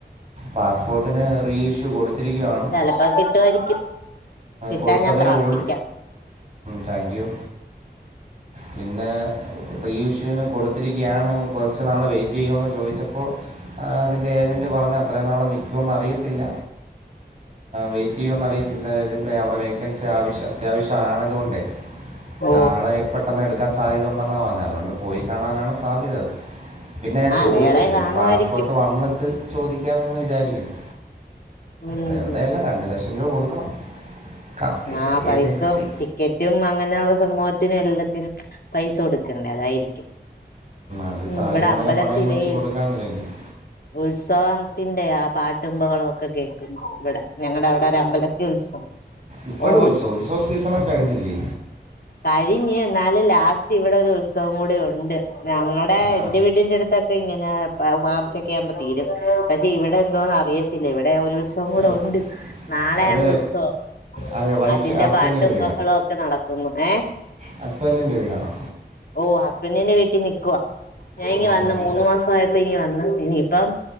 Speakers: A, on the right; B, on the left.
A: പാസ്പോർട്ടിന് റീ ഇഷ്യൂ കൊടുത്തിരിക്കയാണ്
B: ചെലപ്പോ കിട്ടുവായിരിക്കും കിട്ടാൻ
A: കൊടുത്തതേ
B: ഞാൻ പ്രാർത്ഥിക്കാം
A: ഉൾ താങ്ക് യൂ. പിന്നെ റീഇഷൃ വിന് കൊടുത്തിരിക്കുകയാണ് കുറച്ച് നാൾ വെയിറ്റ് ചെയ്യുമന്ന് ചോദിച്ചപ്പോൾ അതിൻ്റെ ഏജൻറ് പറഞ്ഞത് അത്രയും നാള് നിൽക്കുമോ എന്ന് അറിയത്തില്ല. വെയിറ്റ് ചെയ്യുമോ എന്ന അറിയത്തില്ല ഏജൻറ്റ് അവിടെ വേക്കൻസി ആവശ്യ അത്യാവശ്യമാണതുകൊണ്ട്
B: ഓ
A: ആളെ പെട്ടെന്ന് എടുക്കാൻ സാധ്യതണ്ടെന്നാണ് പറഞ്ഞത് അതുകൊണ്ട് പോയിക്കാണാനാണ് സാധ്യത അത് പിന്നെ ഞാൻ
B: ആഹ്
A: ചോദിച്ചില്ല
B: വേറെ കാണുവായിരിക്കും
A: ഇനി പാസ്പോർട്ട് വന്നിട്ട് ചോദിക്കാമെന്ന് വിചാരിക്കുന്നു
B: ഉം
A: വെറുതെ അല്ല രണ്ടു ലക്ഷം രൂപ കൊടുക്കണം കമ്മീഷൻ
B: ആ് പൈസാവുംടിക്കറ്റും
A: ഏജൻസി
B: അങ്ങനെള്ള സംഭവത്തിനുഎല്ലാത്തിനും പൈസ കൊടുക്കണ്ടേ അതായിരിക്കും
A: അത്
B: ഉംഇവിടെ
A: താലിമാല
B: അമ്പലത്തിലേ
A: പണയം വെച്ച് കൊടുക്കാമെന്ന് വിചാരിക്കുന്നു
B: ഉത്സവത്തിന്റെആ. <unintelligible> ഇവിടെ ഞങ്ങടെ അവിടെ ഒരു അമ്പലത്തി ഉത്സവം
A: ഇപ്പോഴും
B: ഓ
A: ഒരു ഉത്സവോ ഉത്സവ സീസണൊക്കെ കഴിഞ്ഞില്ലേ
B: കഴിഞ്ഞു എന്നാല് ലാസ്റ്റ് ഇവിടെ ഒരു ഉത്സവം കൂടി ഉണ്ട് ഞമ്മടെ
A: ആ
B: എൻന്റെ വീട്ടിന്റെ അടുത്തൊെ ഇങ്ങനെ മാർച്ചൊക്കെ ആവുമ്പോ തീരും പക്ഷെ ഇവിടെ എന്തോന്ന് അറിയത്തില്ല ഇവിടെ ഒരു ഉത്സവം കൂടെ
A: എ-
B: ഉണ്ട് നാളെയാണ്
A: അത്
B: ഉത്സവം
A: ആ വൈഫ്
B: അതിന്റെ
A: ഹസ്ബൻഡിൻ്റെ
B: പാട്ടും ബഹളും ഒക്കെ നടക്കുന്നു ഏ
A: ഹസ്ബൻഡിന്റെ വീടാണോ
B: ഓ ഹസ്ബൻറിിന്റെ വീട്ടിൽ നിൽക്കുവ ഞാൻ
A: ഉം.
B: ഇ വന്ന മൂന്ന് മാസ ആയപ്പോ ഇനിി വന്ന് ഇനിയിപ്പം